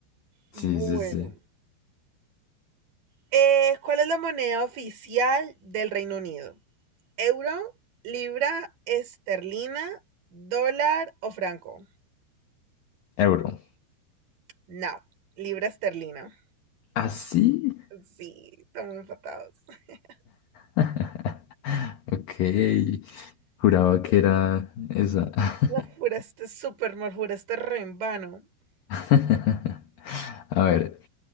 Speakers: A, on the right; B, on the left.
A: Bueno.
B: Sí, sí, sí.
A: Eh, ¿cuál es la moneda oficial del Reino Unido? ¿Euro, libra esterlina, dólar o franco?
B: Euro.
A: No, libra esterlina.
B: ¿Así?
A: Sí, estamos empatados. <laughs>
B: <laughs> Ok. Juraba que era esa. <laughs>
A: La juraste súper mal, juraste re en vano.
B: <laughs> A ver,